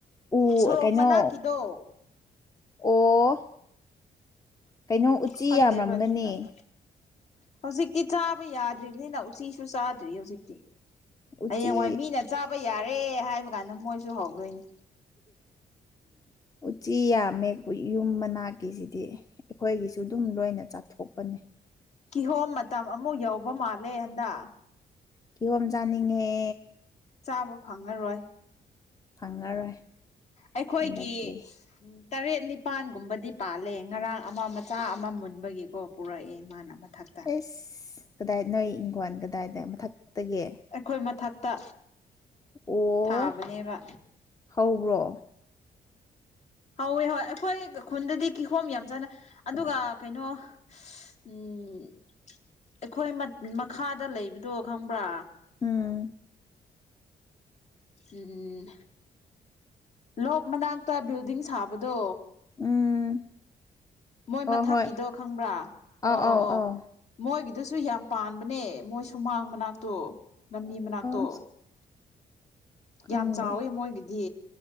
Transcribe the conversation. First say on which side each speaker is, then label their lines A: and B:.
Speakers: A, on the left; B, on the left.
A: ꯎ
B: ꯁꯣꯔꯣꯛ
A: ꯀꯩꯅꯣ
B: ꯃꯅꯥꯛꯀꯤꯗꯣ
A: ꯑꯣ ꯀꯩꯅꯣ ꯎꯆꯤ
B: ꯐꯠꯇꯦꯕ
A: ꯌꯥꯝꯔꯝꯒꯅꯤ
B: ꯆꯨꯖꯥꯛ ꯍꯧꯖꯤꯛꯇꯤ ꯆꯥꯕ ꯌꯥꯗ꯭ꯔꯤꯕꯅꯤꯅ ꯎꯆꯤꯁꯨ ꯆꯥꯗ꯭ꯔꯤ ꯍꯧꯖꯤꯛꯇꯤ
A: ꯎꯆꯤ
B: ꯍꯌꯦꯡꯋꯥꯏ ꯃꯤꯅ ꯆꯥꯕ ꯌꯥꯔꯦ ꯍꯥꯏꯕ ꯀꯥꯟꯗ ꯃꯣꯏꯁꯨ ꯍꯧꯗꯣꯏꯅꯤ
A: ꯎꯆꯤ ꯌꯥꯝꯃꯦꯈꯣꯏ ꯌꯨꯝ ꯃꯅꯥꯛꯀꯤꯁꯤꯗꯤ ꯑꯩꯈꯣꯏꯒꯤꯁꯨ ꯑꯗꯨꯝ ꯂꯣꯏꯅ ꯆꯥꯊꯣꯛꯄꯅꯦ
B: ꯀꯤꯍꯣꯝ ꯃꯇꯝ ꯑꯃꯨꯛ ꯌꯧꯕ ꯃꯥꯜꯂꯦ ꯍꯟꯗꯛ
A: ꯀꯤꯍꯣꯝ ꯆꯥꯅꯤꯡꯉꯦ
B: ꯆꯥꯕ ꯐꯪꯉꯔꯣꯏ
A: ꯐꯪꯉꯔꯣꯏ
B: ꯑꯩꯈꯣꯏꯒꯤ
A: ꯍꯟꯗꯛꯇꯤ
B: ꯇꯔꯦꯠ ꯅꯤꯄꯥꯟꯒꯨꯝꯕꯗꯤ ꯄꯥꯜꯂꯦ ꯉꯔꯥꯡ ꯑꯃ ꯃꯆꯥ ꯑꯃ ꯃꯨꯟꯕꯒꯤꯀꯣ ꯄꯨꯔꯛꯑꯦ ꯃꯥꯅ ꯃꯊꯛꯇ
A: ꯑꯦꯁ ꯀꯗꯥꯏ ꯅꯣꯏ ꯏꯪꯈꯜ ꯀꯗꯥꯏꯗ ꯃꯊꯛꯇꯒꯤ
B: ꯑꯩꯈꯣꯏ ꯃꯊꯛꯇ
A: ꯑꯣ
B: ꯊꯥꯕꯅꯦꯕ
A: ꯍꯧꯕ꯭ꯔꯣ
B: ꯍꯧꯋꯦ ꯍꯣꯏ ꯑꯩꯈꯣꯏ ꯈꯨꯟꯗꯗꯤ ꯀꯤꯍꯣꯝ ꯌꯥꯝ ꯆꯥꯅꯩ ꯑꯗꯨꯒ ꯀꯩꯅꯣ ꯎꯝ ꯑꯩꯈꯣꯏ ꯃꯈꯥꯗ ꯂꯩꯕꯗꯣ ꯈꯪꯕ꯭ꯔꯥ
A: ꯎꯝ
B: ꯎꯝ ꯂꯣꯛ ꯃꯅꯥꯛꯇ ꯕꯤꯜꯗꯤꯡ ꯁꯥꯕꯗꯣ
A: ꯎꯝ
B: ꯃꯣꯏ
A: ꯍꯣꯏ
B: ꯃꯊꯛꯀꯤꯗꯣ
A: ꯍꯣꯏ
B: ꯈꯪꯕ꯭ꯔꯥ ꯑꯣ
A: ꯑꯥꯎ ꯑꯥꯎ
B: ꯑꯣ ꯑꯣ
A: ꯑꯥꯎ
B: ꯃꯣꯏꯒꯤꯗꯨꯁꯨ ꯌꯥꯝ ꯄꯥꯟꯕꯅꯦ ꯃꯣꯏ ꯁꯨꯃꯥꯡ ꯃꯅꯥꯛꯇꯣ ꯂꯝꯕꯤ ꯃꯅꯥꯛꯇꯣ
A: ꯑꯁ ꯈꯪꯗꯦ
B: ꯌꯥꯝ ꯆꯥꯎꯋꯦ ꯃꯣꯏꯒꯤꯗꯤ